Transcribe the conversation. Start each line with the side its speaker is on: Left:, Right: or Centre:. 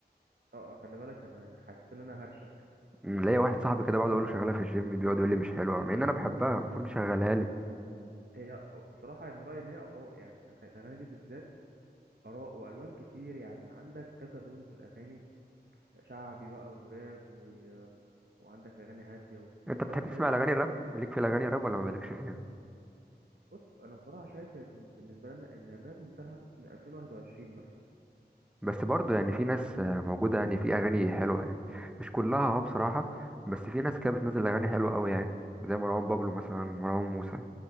Right: اه اه، خلي بالك انا يعني حسيت ان انا هرشك
Centre: م، ليا واحد صاحبي كده بقعد اقول له شغاله في الجيم بيقعد يقول لي مش حلوه مع ان انا بحبها المفروض يشغلها لي
Right: هي بصراحه يعني من رايي ان هي اراء يعني اغ- الاغاني دي بالذات اراء والوان كتير يعني عندك كذا لون في الاغاني شعبي بقى وراب و... وعندك اغاني هاديه والكلام
Centre: انت بتحب تسمع
Right: ده يعني
Centre: الاغاني الراب ليك في الاغاني الراب ولا ما مالكش فيها
Right: بص انا بصراحه شايف ان بالنسبه لنا ان الراب انتهى من 2021 مثلا
Centre: بس برضه يعني في ناس آه، موجوده يعني في اغاني حلوه يعني مش كلها اه بصراحه بس في ناس كده بتنزل اغاني حلوه قوي يعني زي مروان بابلو مثلا مروان موسى